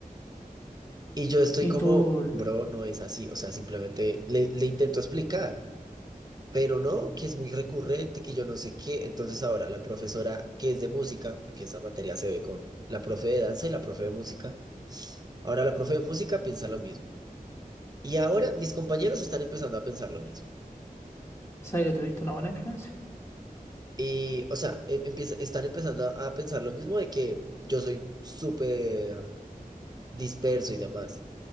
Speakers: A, on the right (about 25°); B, on the left (about 20°).
A: Y yo estoy
B: ¿Y
A: como,
B: tú
A: bro, no es así. O sea, simplemente le, le intento explicar, pero no, que es muy recurrente, que yo no sé qué. Entonces ahora la profesora que es de música, porque esa materia se ve con la profe de danza y la profe de música, ahora la profe de música piensa lo mismo. Y ahora mis compañeros están empezando a pensar lo mismo.
B: sabes que tuviste una buena influencia?
A: Y, o sea, e- empieza- están empezando a, a pensar lo mismo de que yo soy súper disperso y demás.